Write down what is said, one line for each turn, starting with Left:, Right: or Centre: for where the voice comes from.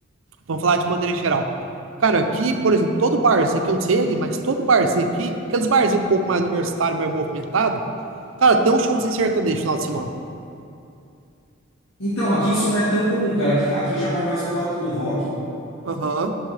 Right: Vamos falar de maneira geral. Cara, aqui, por exemplo, todo barzinho, que eu não sei ali, mas todo barzinho aqui, aqueles barzinhos um pouco mais universitário, mais movimentado, Cara, tem um showzinho sertanejo no final de semana.
Left: Então, aqui isso não é tão comum, cara. Aqui, aqui já vai mais pro lado do rock,
Right: Aham,